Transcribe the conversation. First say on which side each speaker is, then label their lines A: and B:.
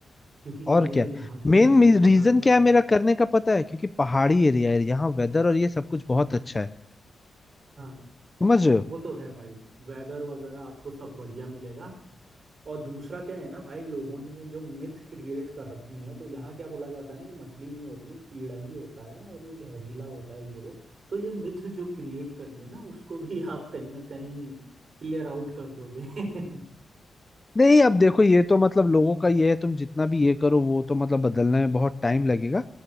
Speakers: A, on the right; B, on the left.
A: क्योंकि
B: और
A: ये
B: क्या
A: यहाँ के
B: मेन
A: लोगों को
B: रीजन
A: पता भी नहीं
B: क्या है मेरा
A: है
B: करने का पता है क्योंकि पहाड़ी एरिया है यहाँ वेदर और ये सब कुछ बहुत अच्छा है
A: हाँ
B: समझ रहे हो
A: वो तो है भाई वेदर वगैरह आपको सब बढ़िया मिलेगा और दूसरा क्या है ना भाई लोगों ने जो मिथ क्रिएट कर रखी हैं तो यहाँ क्या बोला जाता है ना ये मछली नहीं होती है कीड़ा ही होता है और ये जहरीला होता है ये वो तो ये मिथ जो क्रिएट करी है ना उसको भी <laughs> आप कहीं ना कहीं क्लियर आउट कर दोगे <laughs>
B: नहीं अब देखो ये तो मतलब लोगों का ये है तुम जितना भी ये करो वो तो मतलब बदलने में बहुत टाइम लगेगा